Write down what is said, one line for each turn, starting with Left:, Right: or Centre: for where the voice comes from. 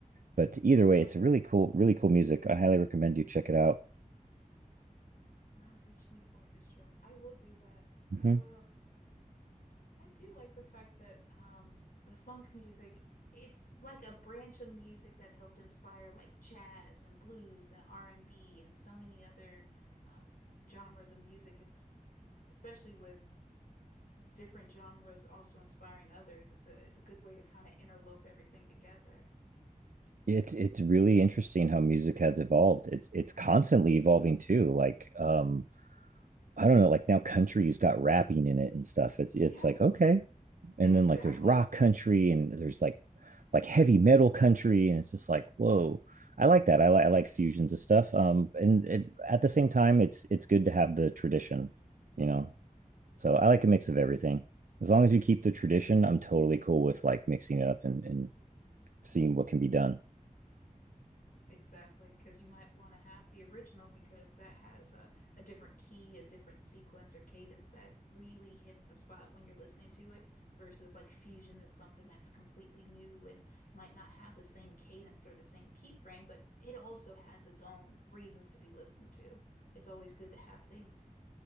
Right: But
Left: No
Right: either
Left: <laughs>
Right: way, it's
Left: worries.
Right: a really cool, really cool music. I highly recommend you check it out.
Left: Mahavishnu Orchestra. I will do that.
Right: hmm
Left: I will. I do like the fact that um the funk music, it's like a branch of music that helped inspire like jazz and blues and R&B and B and so many other uh, s- genres of music. It's especially with different genres also inspiring others. It's a it's a good way to kind of interlope everything together.
Right: It's it's really interesting how music has evolved. It's it's constantly evolving too. Like um I don't know, like now country's got rapping in it and stuff. It's it's
Left: Yep,
Right: like okay, and
Left: <laughs>
Right: then
Left: exactly.
Right: like there's rock country and there's like like heavy metal country, and it's just like whoa. I like that. I like I like fusions of stuff. Um, and it, at the same time, it's it's good to have the tradition, you know. So I like a mix of everything. As long as you keep the tradition, I'm totally cool with like mixing it up and, and seeing what can be done.
Left: Exactly, because you might want to have the original because that has a, a different key, a different sequence or cadence that really hits the spot when you're listening to it, versus like fusion is something that's completely new and might not have the same cadence or the same keyframe, but it also has its own reasons to be listened to. It's always good to have things